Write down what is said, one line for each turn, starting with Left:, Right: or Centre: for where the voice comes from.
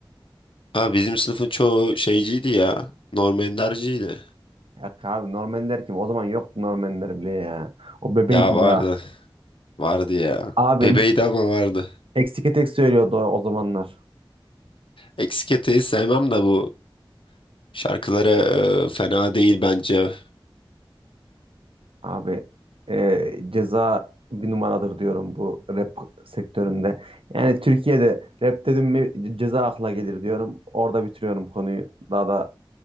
Left: Ha, bizim sınıfın çoğu şeyciydi ya. Norm Ender'ciydi.
Right: Yok abi Norman der kim? O zaman yoktu Normanler bile ya. O bebeydi
Left: Ya vardı.
Right: daha.
Left: Vardı ya.
Right: Abi
Left: Bebeydi ama vardı.
Right: Eksike tek söylüyordu o zamanlar.
Left: Eksik eteği sevmem de bu şarkıları e, fena değil bence.
Right: Abi e, ceza bir numaradır diyorum bu rap sektöründe. Yani Türkiye'de rap dedim mi ceza akla gelir diyorum. Orada bitiriyorum konuyu. Daha da